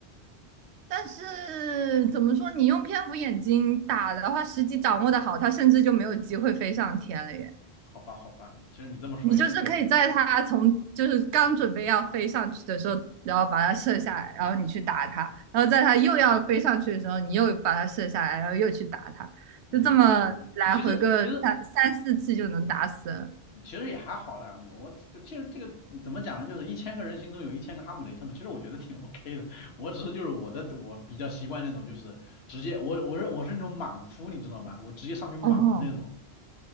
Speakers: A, on the right (about 80°); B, on the left (about 70°).
A: 但是怎么说，你用蝙蝠眼睛打的话，时机掌握的好，它甚至就没有机会飞上天了耶。
B: 好吧，好吧，其实你这么说也对了。
A: 你就是可以在它从就是刚准备要飞上去的时候，然后把它射下来，然后你去打它，
B: 嗯
A: 然后在它又要飞上去的时候，你又把它射下来，然后又去打它，
B: 嗯，
A: 就这么来回个三三四次就能打死了
B: 其实其实其实也还好啦。我就其实这个怎么讲呢？就是一千个人心中有一千个哈姆雷特嘛。其实我觉得挺 <laughs> OK 的。我只是就是我的我比较习惯那种就是直接我我是我是那种莽夫，你知道吗？我直接上去莽的那种。
A: 哦，